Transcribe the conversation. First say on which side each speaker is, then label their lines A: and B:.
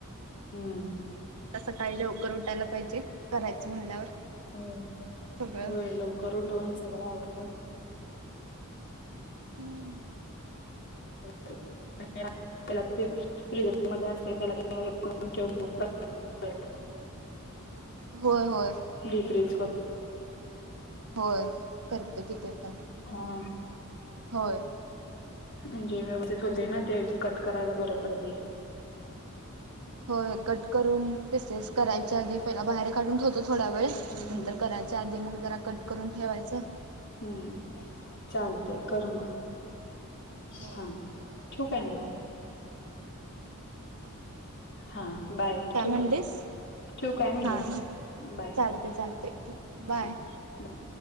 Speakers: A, on the left; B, on the right.
A: हम्म.
B: आता सकाळी लवकर उठायला पाहिजे करायचं म्हणल्यावर.
A: हो,
B: सगळं
A: होय. लवकर उठून, सगळं आवरून
B: हम्म.
A: <inaudible> <inaudible> <inaudible>
B: होय, होय.
A: <unintelligible> कर
B: होय, करते की ते पण.
A: हा.
B: होय.
A: म्हणजे व्यवस्थित होतय ना ते, कट करायला बरं पडतय.
B: होय, कट करून पिसेस करायच्या आधी पहिला बाहेर काढून ठेव तो थोडा वेळ,
A: हं,
B: नंतर
A: हं,
B: करायच्या आधी मग जरा कट करून ठेवायचं
A: हम्म, चालतय. कर मग
B: होय
A: हा. ठेऊ काय मग?
B: चालतंय,
A: हा बाय
B: काय
A: ठेवू
B: म्हणलीस?
A: ठेवू काय म्हटलं
B: हां हां,
A: बाय
B: चालतंय चालतंय. ठेव बाय.
A: हा बाय